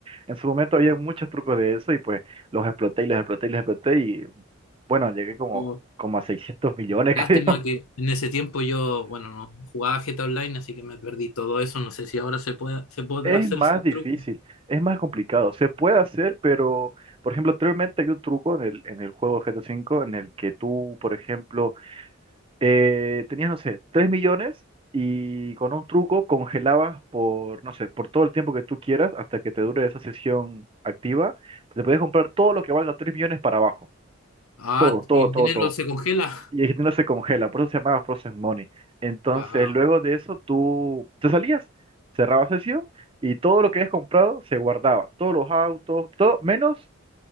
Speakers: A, on the right (about 25°); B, on the left (about 85°).
A: en su momento había muchos trucos de eso y pues los exploté y los exploté y los exploté y bueno, llegué como,
B: Wow.
A: como a 600 millones,
B: Lástima
A: <laughs> creo.
B: que en ese tiempo yo, bueno, no jugaba GTA Online, así que me perdí todo eso. No sé si ahora se puede, se podrá
A: Es
B: hacer
A: más
B: esos
A: difícil,
B: trucos.
A: es más complicado. Se puede hacer, pero, por ejemplo, anteriormente había un truco en el, en el juego GTA V en el que tú, por ejemplo, eh, tenías, no sé, 3 millones y con un truco congelabas por, no sé, por todo el tiempo que tú quieras hasta que te dure esa sesión activa. Te podías comprar todo lo que valga 3 millones para abajo.
B: Ah,
A: Todo, todo,
B: y el
A: todo,
B: dinero
A: todo.
B: se congela.
A: Y Argentina se congela, por eso se llamaba Frozen Money. Entonces,
B: Wow.
A: luego de eso, tú te salías, cerrabas sesión y todo lo que habías comprado se guardaba. Todos los autos, todo, menos